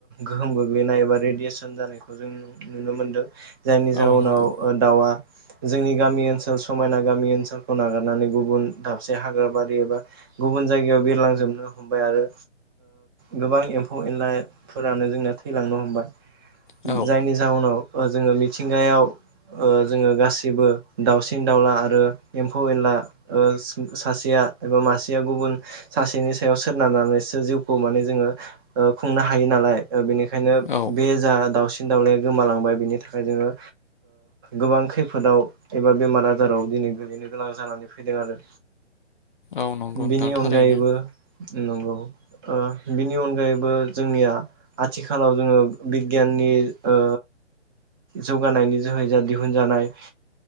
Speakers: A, on the right; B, on the left.
A: गोहोम गोग्लैनाय एबा रेडियेसन जानायखौ जों नुनो मोनदों जायनि
B: औ
A: जाउनाव
B: नंगौ
A: दाउआ जोंनि गामि ओनसोल समायना गामि ओनसोल खौ नागारनानै गुबुन दाबसे हाग्रा बारि एबा गुबुन जायगायाव बिरलांजोबनो हमबाय आरो गोबां एम्फौ एनलाफोरानो जोंना थैलांनो हमबाय
B: औ
A: जायनि जाहनाव जोङो मिथिंगायाव जोङो गासिबो दाावसिन दाावला आरो एम्फौ एनला सासेया एबा मासेया गुबुन सासेनि सायाव सनारनानै खौ मान जोङो खुंनो हायो नालाय बेनिखायनो
B: औ
A: बे जा दा न दाउनायाया गोमालांबाय बिनि थाखाय जोङो गोबां खैफोदाव एबा बेमार आजाराव दिनै गोलैनो गोनां जानानै फैदों आरो
B: औ नंगौ
A: बिनि
B: नोंथां थारैनो
A: अनगायैबो नंगौ बिनि अनगायैबो जोंनिया आथिखालाव जोङो बिगियान गि ओ जौगानायनि जोहै जा दिहुनजानाय